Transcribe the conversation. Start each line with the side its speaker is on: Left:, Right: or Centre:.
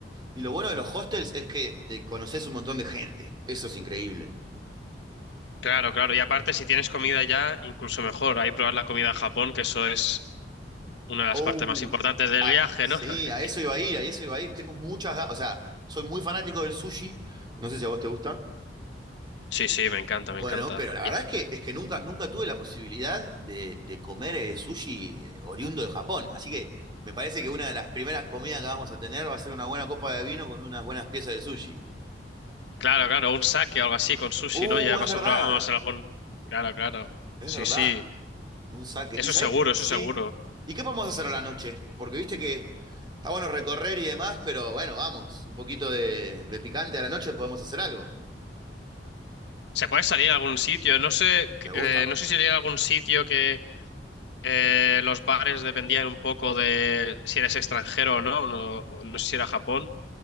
Right: Y lo bueno de los hostels es que te conoces un montón de gente. Eso es increíble.
Left: Claro, claro. Y aparte, si tienes comida ya, incluso mejor. Ahí probar la comida a Japón, que eso es una de las
Right: Oh,
Left: partes más importantes del
Right: Ah,
Left: viaje,
Right: sí,
Left: ¿no? <laughs>
Right: a eso iba a ir, a eso iba a ir. Tengo muchas, ga- o sea, soy muy fanático del sushi. No sé si a vos te gusta.
Left: Sí, sí, me encanta,
Right: Bueno,
Left: me encanta.
Right: pero la verdad es que, es que nunca, nunca tuve la posibilidad de, de comer eh, sushi eh, oriundo de Japón. Así que me parece que una de las primeras comidas que vamos a tener va a ser una buena copa de vino con unas buenas piezas de sushi.
Left: Claro, claro, un saque o algo así con sushi,
Right: Uh,
Left: ¿no? Ya pasó
Right: es verdad,
Left: probamos en algún. Claro, claro.
Right: es
Left: Sí,
Right: verdad.
Left: sí.
Right: Un saque. ¿Y
Left: Eso
Right: sabés?
Left: seguro,
Right: qué?
Left: eso
Right: Sí.
Left: seguro.
Right: ¿Y qué podemos hacer a la noche? Porque viste que está bueno recorrer y demás, pero bueno, vamos, un poquito de, de picante a la noche podemos hacer algo.
Left: Se puede salir a algún sitio. No sé,
Right: Me gusta.
Left: eh, no sé si sería algún sitio que eh, los bares dependían un poco de si eres extranjero o no. No, no sé si era Japón.